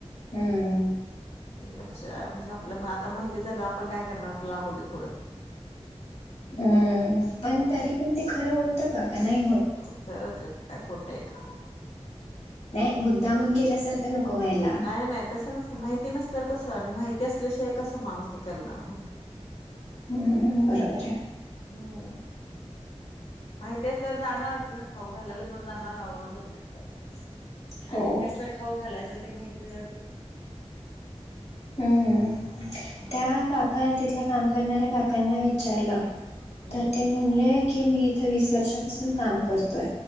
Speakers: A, on the left; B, on the left.
A: हम्म.
B: लक्ष म्हणजे आपल्या आता माहिती झालं आपण काय करणार लागू देत
A: हम्म पण तरी
B: असं
A: पण ते खरं होतं का का नाही होत?
B: हो खरंच आहे मग काय खोट आहे का.
A: नाही मुद्दामून केल्यासारख अस नको व्हायला.
B: नाही नाही तसं नसत माहिती नसल्यावर कसं आणि माहिती असल्याशिवाय कसं माणूस ते करणार ना
A: हम्म बरोबर आहे.
B: हम्म. माहिती असल्यावर जाणारच ना खाऊ घालायला पण जाणार आवर्जुन ना <unintelligible>
A: हो
B: आणि कसं खाऊ घालायचं ते माहिती झा
A: हम्म
B: हा
A: त्या का कारण तिथल्या काम करणाऱ्या काकांना विचारलं
B: हम्म
A: तर ते म्हण ले की मी इथ वीस वर्षापासून काम करतोय.